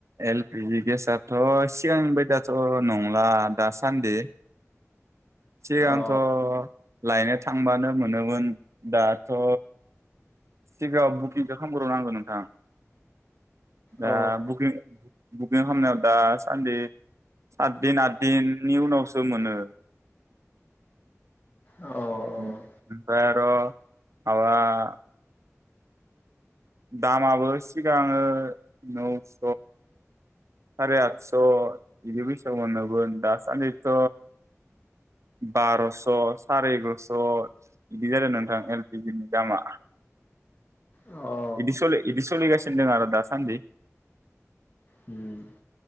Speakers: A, on the right; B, on the left.
A: एल पि जि गेसथ' सिगां बाय दि थ' नंला दा सान्दि सिगांथ'
B: अ
A: लायनो थांबानो मो नोमोन दाथ' सिगाङाव बुकिंखो खामग्रो नांगौ नोंथां । दा
B: औ
A: बुकिं-बुकिं खामनायाव दा सान्दि सातदिन आत दिननि उनावसो मोनो।
B: औ औ
A: ओमफ्राय <unintelligible> दामाबो सिगांङो नौस' सारि आथस' बिदि <unintelligible> दासान्दिथ' बार'स' साराय एगारस' बिदि जादों नोंथां एलपिजि नि दामा
B: औ औ
A: इदिसलि इदिस'लि गासिनो दों आरो दासान्दि
B: होम ।